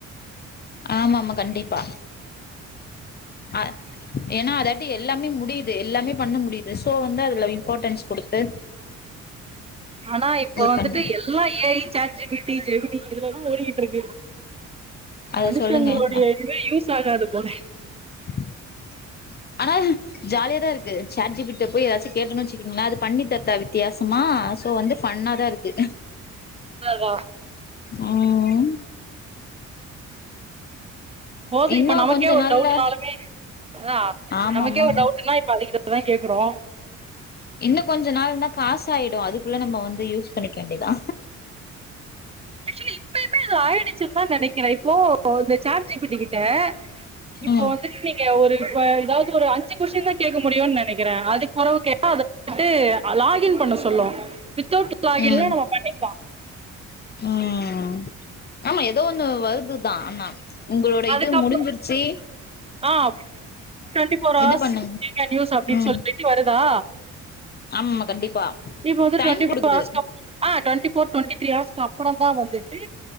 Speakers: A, on the left; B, on the right.
A: ஆமா ஆமா கண்டிப்பா அ ஏனா அத டி எல்லாமே முடியுது எல்லாமே பண்ண முடியுது சோ வந்து அதுல இம்பார்ட்டன்ஸ் கொடுத்து
B: ஆனா இப்ப வந்துட்டு
A: பண்ணு
B: எல்லா ஏஐ, சாட்ஜிபிடி, ஜெினி இதுலதா ஓடிக்கிட்டுருக்கு
A: அத
B: மனுஷங்களுடைய
A: சொல்லுங்க
B: இதுவே யூஸ் ஆகாது போல
A: ஹ ஆனா ஜாலிய தா இருக்கு சாட்ஜிபிடிட்ட போய் ஏதாச்சும் கேட்டணும வச்சுக்கோங்கலே அது பண்ணி தர்தா த்தியாசமா சோ வந்து ஃபண்ணாதான் இருக்கு
B: ஆவ
A: ம்
B: போக
A: இன்னும்
B: இப்ப நமக்கே
A: கொஞ்ச
B: ஒரு
A: நாள்ல
B: டவுட்னாலுமே அதா
A: ஆமாமா
B: நமக்கே ஒரு டவுடன இப்ப அது கிட்ட தா கேக்குறோ
A: இன்னு கொஞ்ச நாள்ந்தா காசு ஆயிடு அதுக்குள்ள நம்ம வந்து யூஸ் பண்ணிக்க வேண்டியதா
B: ஆக்சுவலி இப்பயுமே அது ஆயிடுச்சுன் தா நெனைக்கிறே இப்போ இந்த சார்ட் ஜி பி டி கிட்ட இப்போ
A: ம்
B: வந்து நீங்க ஒரு வ எதாவ்து ஒரு அஞ்சு கொஸ்ஸீன் தா கேக்க முடியுன் நெனைக்கிறேன அதுக் உரவு கேட்டா அதைட்டு லாகின் பண்ண சொல்லு வித்தவுட் லாகின்ல
A: ம்
B: நம்ம பண்ணிக்கலா
A: ம் ஆமா ஏதோ ஒண்ணு வருதுதா ஆண்ணா உங்களோட
B: அதுக்கப்புறோ
A: இது முடிஞ்சிருச்சி
B: ஆ டொன்டீஃபோர் ஹவர்ஸ்
A: இது பண்ணுங்க
B: <unintelligible>
A: ம்
B: சொல்லிட்டு வருதா
A: ஆமாமா கண்டிப்பா
B: இப்போ வந்து
A: டைம்
B: டொண்டிஃபோர்
A: குடுக்குது
B: ஹவர்ஸ் <unintelligible> ஆ டு்வெண்டி ஃபோர் டுவெண்டி த்ரீ ஹார்ஸ்கு அப்பொறந் தா வந்துட்டு